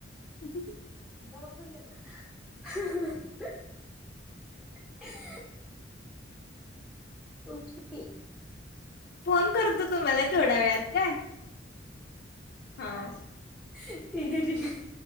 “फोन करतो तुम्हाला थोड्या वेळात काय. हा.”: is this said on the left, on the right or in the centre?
Left